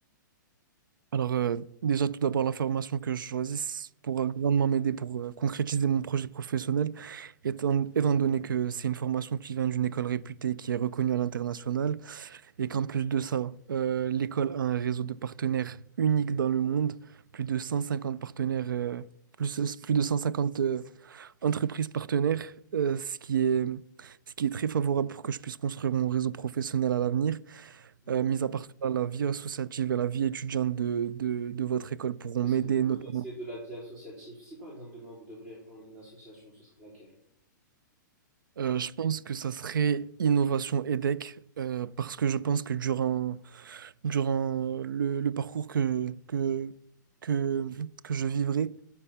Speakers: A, on the right (about 80°); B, on the right (about 25°).
A: Alors, euh, déjà, tout d'abord, la formation que je choisisse pourra grandement m'aider pour euh, concrétiser mon projet professionnel, étant, étant donné que c'est une formation qui vient d'une école réputée, qui est reconnue à l'international, et qu'en plus de ça, euh, l'école a un réseau de partenaires unique dans le monde, plus de 150 partenaires, euh, plus, plus de 150 euh, entreprises partenaires, euh, ce qui est, ce qui est très favorable pour que je puisse construire mon réseau professionnel à l'avenir.
B: Mhm.
A: Euh, mis à part cela, la vie associative et la vie étudiante de, de, de votre école pourront
B: Qu'est-ce
A: m'aider
B: que vous connaissez
A: notamment.
B: de la vie associative? Si, par exemple, demain, vous devriez rejoindre une association, ce serait laquelle?
A: Euh, je pense que ça serait innovation EDEC euh, parce que je pense que durant, durant le, le parcours que, que, que, que je vivrai,